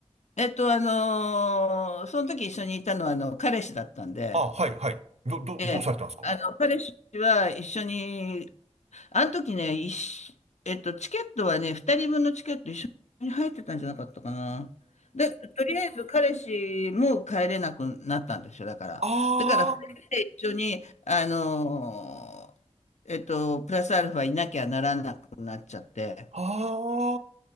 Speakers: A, on the left (about 85°); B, on the right (about 70°).
A: えっと、あのーその時一緒にいたのは、あの、彼氏だったんで、
B: あ、はい、はい。ど、ど、
A: ええ、
B: どうされたんですか
A: あの、彼氏は一緒に、あの時ね、一緒えっと、チケットはね、2人分のチケット一緒に入ってたんじゃなかったかな。で、とりあえず彼氏も帰れなくなったんですよ、だから。
B: ああ、
A: だから、2人で一緒に、あのーえっと、プラスアルファいなきゃならなくなっちゃって。
B: あ